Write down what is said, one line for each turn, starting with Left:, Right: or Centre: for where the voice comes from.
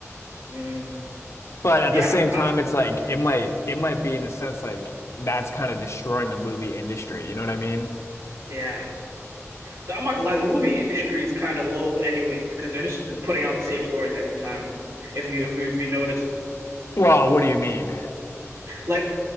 Right: Mm-hmm.
Left: But at
Right: Yeah,
Left: the same time,
Right: I,
Left: it's like it might it might be in a sense like that's kind of destroying the movie industry. You know what I mean?
Right: yeah. I'm not gonna lie, the movie industry is kind of low anyways because they're just putting out the same stories every time. If you if you if you notice,
Left: Well, what do you mean?
Right: like